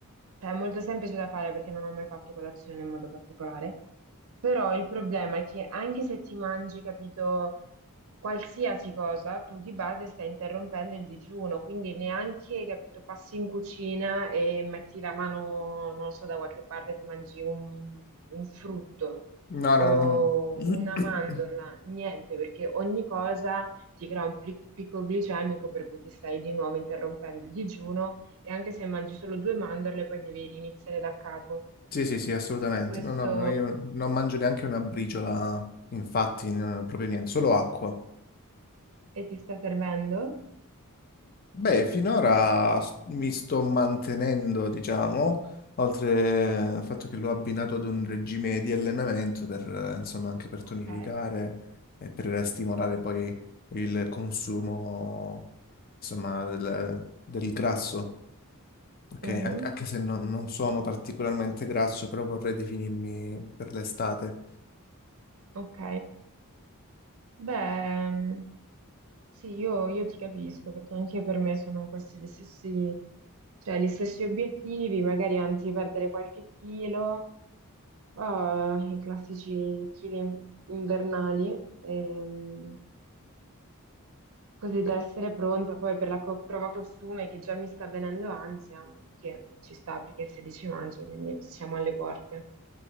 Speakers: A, on the right; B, on the left.
A: cioè, molto semplice da fare perché non ho mai fatto colazione in modo particolare, però il problema è che anche se ti mangi, capito, qualsiasi cosa, tu di base stai interrompendo il digiuno, quindi neanche, capito, passi in cucina e metti la mano, non lo so, da qualche parte e ti mangi un, un frutto
B: No,
A: o
B: no, no, no. no.
A: una mandorla,
B: <clears throat>
A: niente, perché ogni cosa ti crea un pli- picco glicemico per cui ti stai di nuovo interrompendo il digiuno e anche se mangi solo due mandorle, poi devi riniziare da capo.
B: Sì, sì, sì, assolutamente.
A: E questo...
B: No, no, ma io non mangio neanche una briciola, infatti, no, proprio niente, solo acqua.
A: E ti sta servendo?
B: Beh, finora s- mi sto mantenendo, diciamo, oltre al fatto che l'ho abbinato ad un regime di allenamento per, eh, insomma, anche per
A: Ok.
B: tonificare e per stimolare poi il consumo, insomma, del, del grasso. Ok,
A: Mhm.
B: An- anche se non, non sono particolarmente grasso, però vorrei definirmi per l'estate.
A: Ok. Beh, mm, sì, io, io ti capisco perché anche per me sono questi gli stessi, cioè, gli stessi obiettivi, magari anzi perdere qualche chilo, o i classici chili in- invernali, ehm, così da
B: Beh,
A: essere pronta poi per la co- prova costume che già mi sta venendo ansia, che ci sta perché è il 16 maggio, quindi siamo alle porte.